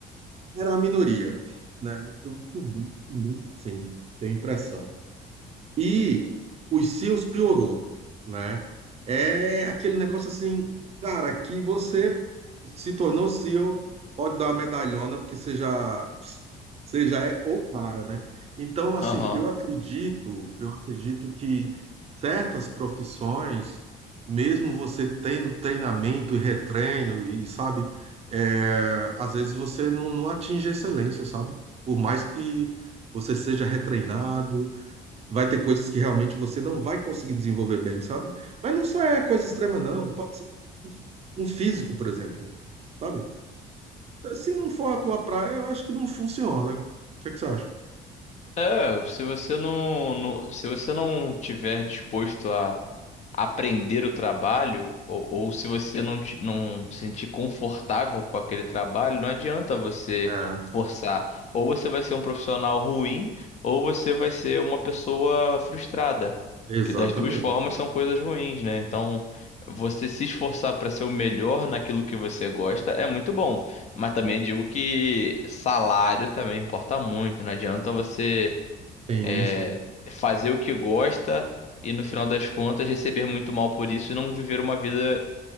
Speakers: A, on the right (about 40°); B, on the left (about 45°).
A: Era a minoria, né? Eu, eu, eu, sim, tenho impressão. E os seus piorou, né? É aquele negócio assim, cara, que você se tornou seu, pode dar uma medalhona, porque você já, você já é o cara, né? Então, assim,
B: Aham.
A: eu acredito, eu acredito que certas profissões, mesmo você tendo treinamento e retreino, e sabe, é, às vezes você não, não atinge a excelência, sabe? Por mais que você seja retreinado vai ter coisas que realmente você não vai conseguir desenvolver bem, sabe? Mas não só é coisa extrema, não. Pode ser um um físico, por exemplo, sabe? Se não for a tua praia, eu acho que não funciona. O que é que você acha?
B: É, se você não, não- se você não tiver disposto a aprender o trabalho, ou, ou se você não, te- não se sentir confortável com aquele trabalho, não adianta você
A: É,
B: forçar. Ou você vai ser um profissional ruim, ou você vai ser uma pessoa frustrada.
A: exatamente.
B: Que das duas formas são coisas ruins, né? Então, você se esforçar para ser o melhor naquilo que você gosta é muito bom. Mas também digo que salário também importa muito. Não adianta você
A: Sim,
B: é,
A: sim.
B: fazer o que gosta e no final das contas receber muito mal por isso e não viver uma vida